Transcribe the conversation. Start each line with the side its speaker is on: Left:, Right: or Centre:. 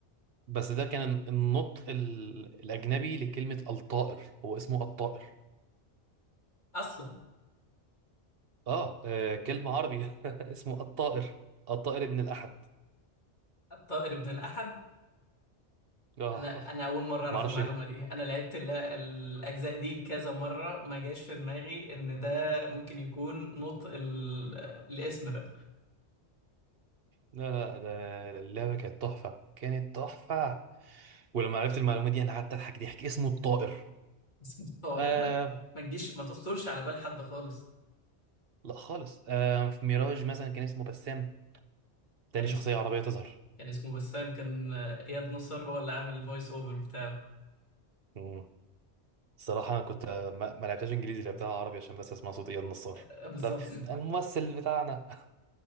Right: بس ده كان النطق ال- الاجنبي لكلمه الطائر هو اسمه الطائر
Left: اصلا
Right: اه آه، كلمه عربي <laughs> اسمه الطائر الطائر ابن الاحد
Left: الطائر ابن الاحد
Right: اه
Left: انا انا اول
Right: <laughs>
Left: مرة اعرف
Right: معرفش
Left: المعلومة دي انا لعبت ال- الاجزاء دي كذا مرة ما جاش في دماغي ان ده ممكن يكون نطق ال... الاسم ده
Right: لا لا ده اللعبة كانت تحفة كانت تحفة ولما عرفت المعلومة دي أنا قعدت أضحك ضحك اسمه الطائر
Left: اسم الطائر
Right: آه
Left: ما ما تجيش ما تخطرش على بال حد خالص
Right: لا خالص آه في ميراج مثلا كان اسمه بسام تاني
Left: يعني
Right: شخصية عربية تظهر
Left: كان اسمه بسام كان آه، اياد نصر هو اللي عامل الفويس اوفر بتاعه
Right: مم. الصراحة أنا كنت آه، ما, ما لعبتهاش إنجليزي لعبتها عربي عشان بس أسمع صوت إياد نصار
Left: آه، بالظبط
Right: لا
Left: <laughs>
Right: الممثل بتاعنا